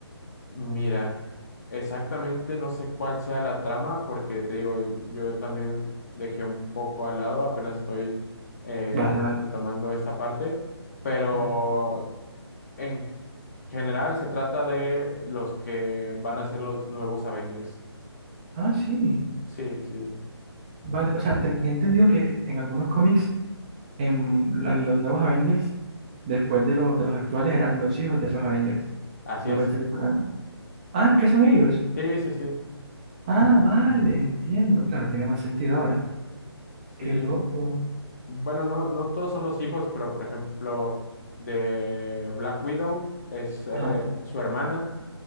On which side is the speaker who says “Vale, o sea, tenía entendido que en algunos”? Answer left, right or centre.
Right